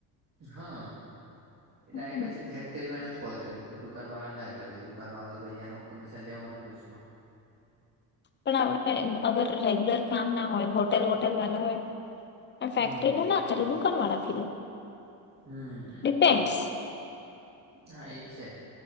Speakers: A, on the right; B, on the left.
A: હા. એ
B: હમ.
A: ડાયરેક્ટ પછી ફેક્ટરી માં કોલ કરે પે દુકાન વાળા ના દુકાન વાળા તોનું કમિશન લેવાનુંમાં
B: પણ હ અગર રેગ્યુલર કામ ના હોય હોટલ વોટલ વાલા હોય ફેક્ટરી
A: હમ
B: ને ના કરે દુકાન વાળા લે
A: હમ
B: ડેપેન્ડ્સ.
A: હા એ છે.